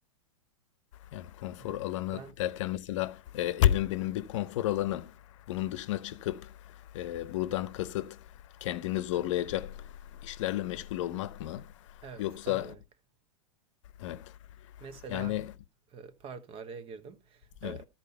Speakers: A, on the left; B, on the right.
A: Yani konfor
B: Be-
A: alanı
B: Ben
A: derken mesela e, evim benim bir konfor alanım. Bunun dışına çıkıp e, buradan kasıt kendini zorlayacak işlerle meşgul olmak mı?
B: Evet,
A: Yoksa
B: tam olarak.
A: evet
B: Mesela
A: yani
B: ee, Pardon araya girdim. Ee,
A: evet